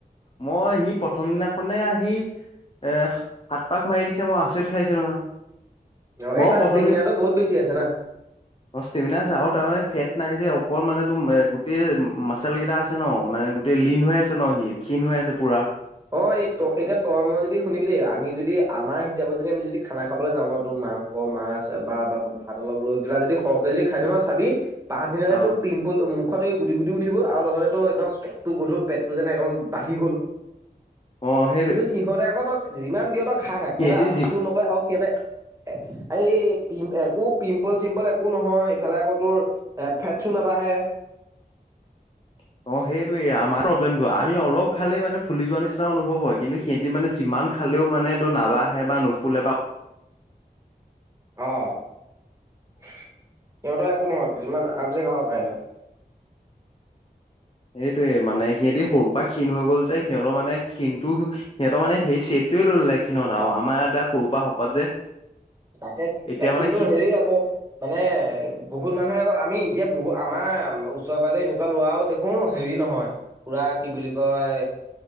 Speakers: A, on the left; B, on the right.
A: মই সি প্ৰথম দিনাখনে আহি এ সাত পাক মাৰি দিছে মই আচৰিত খাইছিলো নহয়।
B: অ
A: মইয়
B: এই তাৰ
A: প্ৰথম
B: ষ্টেমিনাৰটো বহুত বেছি আছে না
A: অষ্টিম আৰু তাৰমানে ফেট- নাই যে অকল মানে তোম গোটেই মাচেল কেইটা আ আছে ন মানে গোটেই লীন হৈ আছে ন সি ক্ষীণ হৈ আছে পুৰা
B: অ এই ত এতিয়া তই মই যদি শুনিবি দেই আমি যদি আমাৰ হিচাপত যদি আমি যদি খানা খাবলৈ যাওঁ ন ত মাংস, মাছ বা ভাত অলপ লৈ পেলা যদি সৰহকে যদি খাই ন চাবি পাছদিনতে
A: অ
B: পিম্পল, মুখত এই গুটি গুটি উঠিব আৰু লগতে একদম পেটটো গধুৰ পেটটো যেনে এক বাঢ়ি গ'ল,
A: অ সেইটোৱে
B: কিন্তু সিহঁতে আকৌ ত যিমান দিও খাই থাক।
A: সিহঁতি
B: সিহঁতে আপত্তিও
A: যি
B: নকয় আৰু সিহঁতে
A: <unintelligible>
B: এই পি, একো পিম্পল চিম্পল একো নহয়। ইফালে আকৌ তোৰ এ ফেটছো নাবাঢ়ে। <unintelligible>
A: <unintelligible> অ সেইটোয়ে আমাৰ প্ৰলেমটো। আমি অলপ খালে মানে ফুলি যোৱা নিচিনা অনুভৱ হয়। কিন্তু সেইদিন মানে যিমান মান খালেও মানে এইটো নাবাহে বা নুফুলে বা
B: অ। সিহঁতৰ একো নহয় যিমান আৰামছে খাব পাৰে।
A: এইটোয়ে মানে, সিহঁতি সৰুৰ পৰা ক্ষণ হৈ গ'ল যে সিহঁতৰ মানে ক্ষণটো সিহঁতৰ মানে সেই টোৱে ললে এই কিনত আৰু আমাৰ ইতিতে সৰুৰ পৰা শকত যে
B: তাকে
A: এতিয়া
B: এ
A: মানে
B: কিন্তু
A: ক্ষী
B: হেৰি আকৌ মানে বহুত মানুহে আকৌ আমি এতিয়া বহু আমাৰ ওচৰে পাঁজৰে এনেকুৱা লৰাও দেখো হেৰি নহয় পুৰা কি বুলি কয়